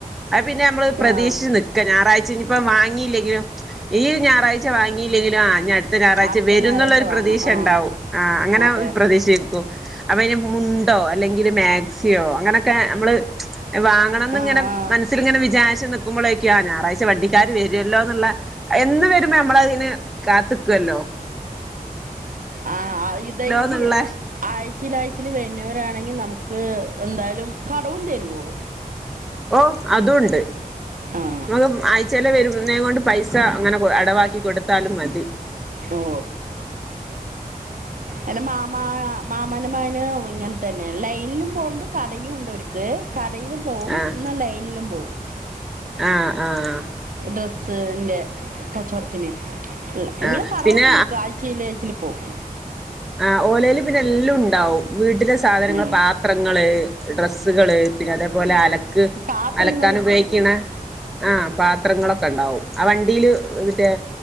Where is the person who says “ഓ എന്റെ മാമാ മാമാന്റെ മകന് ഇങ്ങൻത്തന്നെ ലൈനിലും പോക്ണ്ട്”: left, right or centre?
Right